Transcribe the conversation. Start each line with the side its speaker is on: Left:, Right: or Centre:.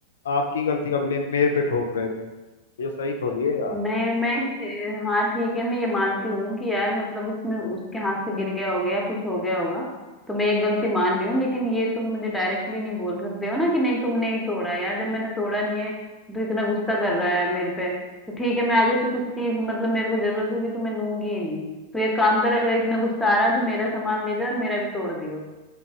Left: आपकी गलती का ब्लेम मेरे पे ठोक रहे थे ये सही थोड़ी है यार
Centre: मैं मैं इस- हाँ ठीक है मैं ये मानती हूँ कि यार मतलब उसमें उसके हाथ से गिर गया होगा या कुछ हो गया होगा तो मैं ये गलती मान रही हूँ लेकिन ये तुम मुझे डायरेक्टली नहीं बोल सकते हो ना कि नहीं तुमने ही तोड़ा यार जब मैंने तोड़ा नहीं है तो इतना गुस्सा कर रहा है यार मेरे पे तो ठीक है मैं आगे से कुछ चीज मतलब मेरे को जरूरत होगी तो मैं लूंगी ही नहीं तो एक काम कर अगर इतना गुस्सा आ रहा है तो मेरा सामान ले जाओ और मेरा भी तोड़ दियो